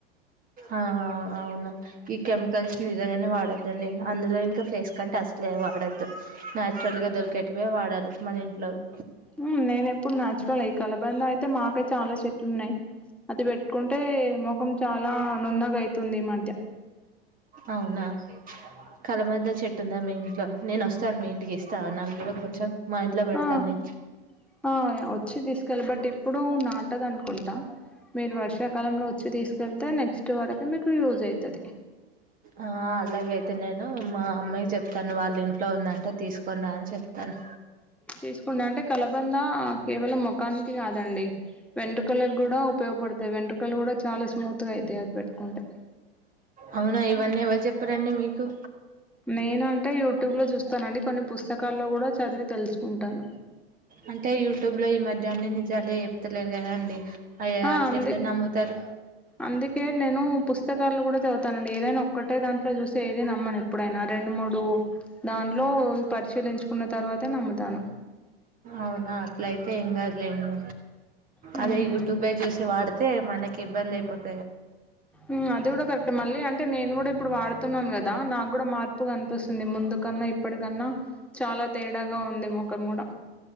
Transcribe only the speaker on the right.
ఆ అవును ఈ కెమికల్స్ నిజంగానే వాడద్దు అదండి అందులో ఇంకా ఫేస్ కంటే అసలే వాడొద్దు నాచురల్గా దొరికేటివే వాడాలి మన ఇంట్లోవి
అవునా కలబంద చెట్టుందా మీ ఇంట్లో నేను వస్తాను మీ ఇంటికి వస్తా ఇస్తావా నాకు కూడా కొంచెం మా ఇంట్లో పెడతా
నే
ఆ అలాగే అయితే నేను మా అమ్మాయి చెప్తాను వాళ్ళ ఇంట్లో ఉందంటే తీసుకొని రా అని చెప్తాను
అవునా ఇవన్నీ ఎవరు చెప్పిర్రండి మీకు
అంటే యూట్యూబ్లో ఈ <unintelligible> చెప్తలేరు కదా అండి అయ్యో
అట్లా
ఎట్ల నమ్ముతారు
అవునా అట్లయితే ఏం కాదులేండి
అదే యూట్యూబే చూసి వాడితే మనకి ఇబ్బంది ఐపోత్